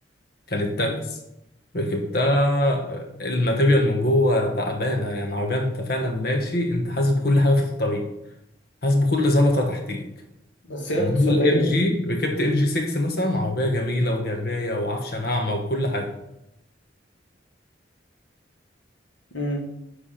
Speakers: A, on the left; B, on the left.
A: كانت
B: مم.
A: تاكس ركبتها آه، الماتيريال من جوه تعبانة يعني عربية أنت فعلا ماشي أنت حاسس بكل حاجة في الطريق حاسس بكل زلطة تحتيك
B: بس هي اقتصادية
A: الام جي
B: يعني
A: ركبت ام جي 6 مثلا عربيه جميله وجرايه وعفشه ناعمه وكل حاجه
B: مم.